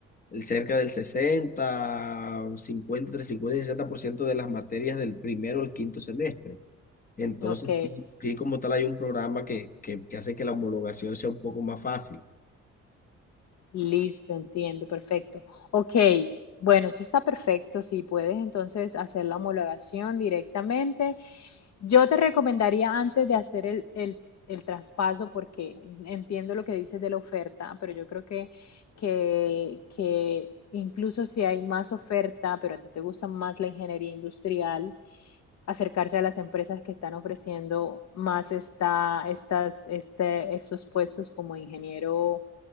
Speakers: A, on the left; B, on the left.
A: el cerca del 60 50 entre 50 y 60% de las materias del primero al quinto semestre. Entonces,
B: Ok,
A: sí, sí, como tal hay un programa que, que, que hace que la homologación sea un poco más fácil.
B: listo, entiendo, perfecto. Ok, bueno, eso está perfecto. Si puedes entonces hacer la homologación directamente, yo te recomendaría antes de hacer el, el- el traspaso, porque entiendo lo que dices de la oferta, pero yo creo que, que, que incluso si hay más oferta, pero a ti te gusta más la ingeniería industrial, acercarse a las empresas que están ofreciendo más esta, estas, este, estos puestos como ingeniero